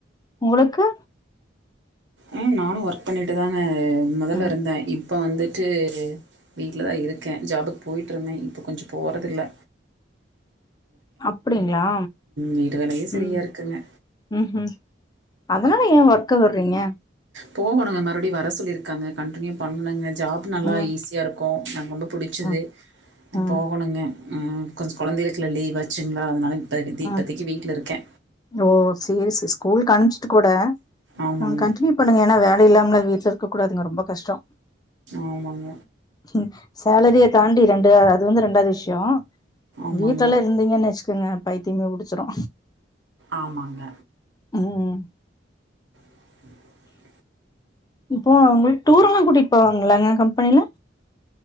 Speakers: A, on the left; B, on the right.
A: உங்குளுக்கு
B: உம் நானு ஒர்க் பண்ணிட்டு தாங்க மொதல்ல
A: ம்
B: இருந்தே இப் இப்போ வந்துட்டு வீட்ல தா இருக்கே ஜாபுக்கு போயிட்டு இருந்தே இப்ப கொஞ்சு போறதில்ல
A: அப்படிங்களா
B: வீட்டு வேலையே
A: உம்
B: சரியாக இருக்குங்க
A: உம் உம் அதனால ஏ வர்க் கு விடுறீங்க
B: போகணுங்க மறுபடியு வர சொல்லி இருக்காங்க கண்டினியூ பண்ணுங்க ஜாப் நல்லா
A: ம்
B: ஈஸியா இருக்கு எனக்கு ரொம்ப பிடிச்சது
A: ம்
B: ஆ
A: ம்
B: போகணுங்க ஆ கொஞ்சு கொழந்தைகளுக்கெல்லா லீவ் ஆச்சுங்களா அதனால இப்போ தி இப்போதைக்கி
A: ம்
B: வீட்டில இருக்கே
A: ஓ சேரி சிஸ் ஸ்கூலுக்கு அனுப்பிச்சிட்டு கூட
B: ஆமாங்க
A: ஆ கன்டினியூ பண்ணுங்க ஏன்னா வேல இல்லாமல வீட்டுல இரு இருக்க கூடாதுங்க ரொம்போ கஷ்டோ
B: ஆமாங்க
A: ம் சேலரிய தாண்டி ரெண்டு அது வந்து ரெண்டாவது விஷியோ
B: ஆமாங்க
A: வீட்டுல எல்லா இருந்தீங்கன்னு வெச்சு இருக்குங்க பைத்தியமே புடிச்சிரு
B: ஆமாங்க
A: உம்
B: <inaudible>
A: இப்போ உங்களுக்கு டூர் எல்லா கூட்டிட்டு போவாங்களாங்க கம்பெனியில